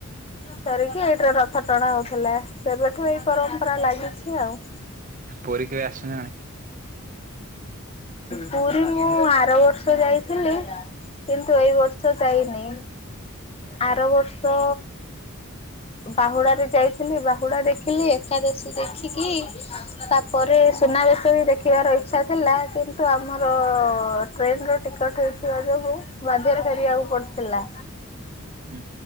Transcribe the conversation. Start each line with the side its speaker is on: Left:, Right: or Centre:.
Left: ସରିକି ଏଇଠୀରେ ରଥ ଟଣା ହଉଥିଲା ସେବେଠୁ ଏଇ ପରମ୍ପରା ଲାଗିଛି ଆଉ।
Right: ପୁରୀ କେବେ ଆସିନା
Left: ପୁରୀ ମୁଁ ଆର ବର୍ଷ ଯାଇଥିଲି କିନ୍ତୁ ଏଇ ବର୍ଷ ଯାଇନି ଆର ବର୍ଷ ବାହୁଡା ରେ ଯାଇଥିଲି ବାହୁଡା ଦେଖିଲି ଏକାଦଶୀ ଦେଖିକି ତାପରେ ସୁନାବେଶ ବି ଦେଖିବାର ଇଛା ଥିଲା କିନ୍ତୁ ଆମର ଟ୍ରେନର ଟିକଟ ହେଇଥିବା ଯୋଗୁଁ ବାଧ୍ୟରେ ଫେରିବାକୁ ପଡଥିଲା।
Right: ନା